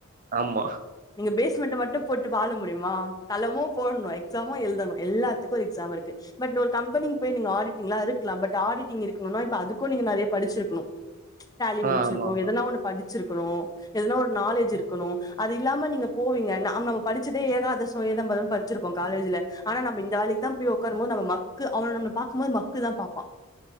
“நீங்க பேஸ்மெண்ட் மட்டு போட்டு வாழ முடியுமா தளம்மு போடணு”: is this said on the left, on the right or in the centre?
Left